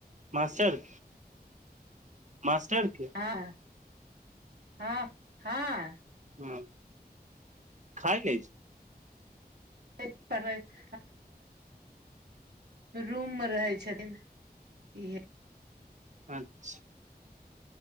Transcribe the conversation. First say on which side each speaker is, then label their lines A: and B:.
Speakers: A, on the right; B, on the right.
A: मास्टर मास्टर के
B: हाँ हाँ हँ
A: हूँ खाय लय छै
B: <unintelligible> रूम मे रहै छथिन इहे
A: अच्छा